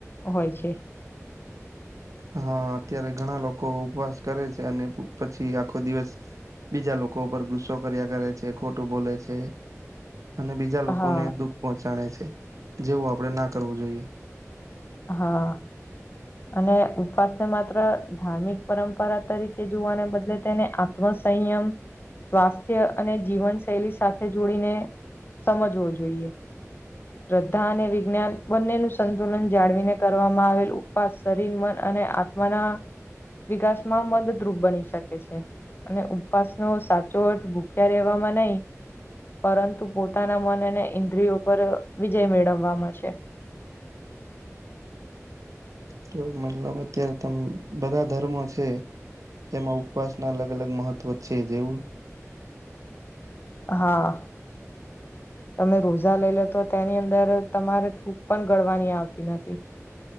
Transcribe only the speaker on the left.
હોય છે. <inaudible>
હા
હા. અને ઉપવાસને માત્ર ધાર્મિક પરંપરા તરીકે જોવાને બદલે તેને આત્મ સંયમ સ્વાસ્થ્ય અને જીવન શૈલી સાથે જોડીને સમજવો જોઈએ. શ્રદ્ધા અને વિજ્ઞાન બંને નું સંતુલન જાળવીને કરવામાં આવેલ ઉપવાસ શરીર, મન અને આત્મના વિકાસમાં મદદરૂપ બની શકે છે. અને ઉપવાસનો સાચો અર્થ ભૂખ્યા રહેેવામાં નહી પરંતુ પોતાના મનને ઇન્દ્રિયો પર વિજય મેળવવામાં છે. <inaudible>
હા. તમે રોઝા લઈ લો તો તેની અંદર તમારે થૂક પણ ગળવાની આવતી નથી.